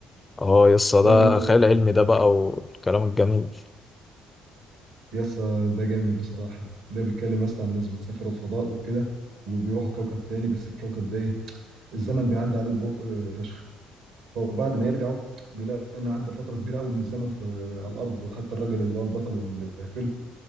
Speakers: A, on the left; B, on the right.
A: اه يا اسطى
B: ده
A: ده
B: لو أنت
A: خيال علمي ده بقى والكلام الجميل
B: يسا ده جامد بصراحة ده بيتكلم اصلا عن ناس بتسافر الفضاء وكده وبيروحوا كوكب تاني بس الكوكب ده ايه الزمن بيعدي عليه ببطء آه، فشخ فبعد ما يرجعوا بيلاقي ان عدى فترة كبيرة قوي من الزمن في على الارض وحتى الراجل اللي هو البطل الفيلم